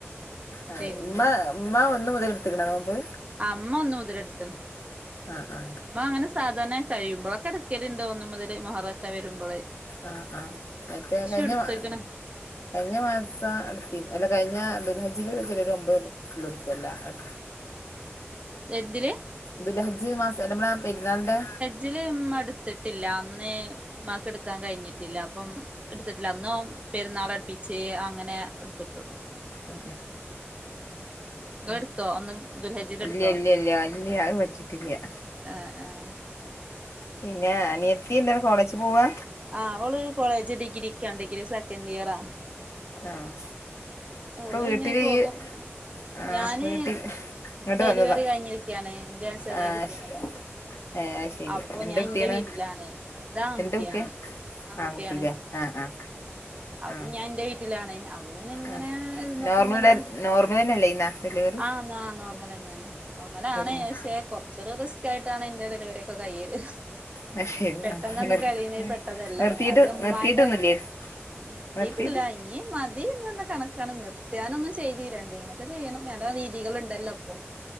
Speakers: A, on the left; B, on the right.
A: അഹ്
B: പിന്നെ
A: ഇമ്മ മ്മ ഒന്ന് മുതൽ ഇടുത്ത്ക്ക്ണോ നോബ്‌
B: അഹ് ഉമ്മ ഒന്ന് മുതൽ എടുത്ത്ണ്
A: ആ ആ
B: ഉമ്മ അങ്ങനെ സ് സാധാന കഴുമ്പോളൊക്കെട്ക്കലുണ്ട് ഒന്ന് മുതല് മൊഹറക്കെ വരുമ്പള്
A: ആഹ് ആഹ് മറ്റേ കഴിഞ്ഞ
B: എടുത്ത്ക്ക്ണ്
A: മ കഴിഞ്ഞ മാസം എടുത്തി അല്ല കഴിഞ്ഞ ദുൽ ഹജിലൊരു ചെലര് ഒമ്പത് ഇടുക്കുവല്ലാ അട്
B: എന്തിന്
A: ദുൽഹജ്ജ് മാസം നമ്മളെ പെരുന്നാൾ ന്റെ
B: ജില് ഉമ്മടുത്തിട്ടില്ല അന്നേ മാക്കെടുക്കാൻ കഴിഞ്ഞിട്ടില്ല അപ്പം എടുത്തിട്ടില്ല അന്നോം പെരുന്നാളടുപ്പി ച്ചേ അങ്ങനെ എട്ത്തിട്ടൊള്ളൂ.
A: ഉ
B: നിങ്ങള്
A: ഉം
B: എടുത്തോ ഒന്ന് ദുൽഹജ്ജില്
A: ഇല്ല്യല്ല്യല്ല
B: എടുത്തോ
A: ഇല്യ വറ്റി <unintelligible> വ്യാ
B: ആഹ് ആഹ്
A: പിന്നെ അനിയത്തി ന്താണ് കോളേജ് പോവാ.
B: ആഹ് ഓള് കോളേജ് ഡിഗ്രിക്കാ ഡിഗ്രി സെക്കൻഡിയറാ.
A: ആഹ്
B: ഓള്
A: പ്പൊ വീട്ടിലിയ്യ്.
B: അങ്ങനെ പോകും
A: ആഹ്
B: ഞാന്
A: വീട്ടിൽ ഇങ്ങട്ട്
B: ഡെലിവറി
A: വന്നതാ
B: കഴിഞ്ഞിരിക്കയാണ് എന്റെ ചെറിയ
A: ആഹ്
B: കുട്ടീനെ
A: ശെ <unintelligible> ഏഹ് അഹ് ശെരി
B: അപ്പൊ
A: എന്ത്
B: ഞാൻ
A: കുട്ട്യാണ്
B: എന്റെ വീട്ടിലാണ് ഇത് ആൺകുട്ടിയാണ്
A: എന്ത് കുട്ടിയാ.
B: ആൺകുട്ടിയാണ്
A: ആൺ കുട്ടിലേ ആഹ് ആഹ്
B: അപ്പൊ
A: ആഹ്
B: ഞാൻന്റെ വീട്ടിലാണ് അപ്പ പിന്നങ്ങനെ.
A: ആഹ്
B: ന്നപ്പങ്ങനെ
A: നോർമൽ ഡെ നോർമൽ തന്നെയല്ലേ ഇന്നാ ഡെലിവറി
B: ആഹ് ന്നാ നോർമലന്നേണ് നോർമലാണ്
A: ഉം
B: പശേ കൊറച്ചൊരു റിസ്കായിട്ടാണ് എന്റെ ഡെലിവറിയൊക്കെ കയ്യല്.
A: അത് ശരി
B: പെട്ടന്നെന്നും
A: ആ നിർ
B: കഴിയിണേ പെട്ടതല്ല
A: നിർത്തിയിട്ട്
B: അത് ഉമ്മാന്റെ
A: നിർത്തിയിട്ടൊന്നുല്ലേ
B: അങ്ങനെ നിർത്തീട്ടില്ല
A: നിർത്തിയിട്ട്
B: ഇനി മതീന്ന് കണക്കാണ് നിർത്ത്യാനൊന്നും ചെയ്തീല്ല എന്തേങ്ങി ചെയ്യണം വേണ്ട രീതികള് ണ്ടല്ലോപ്പോ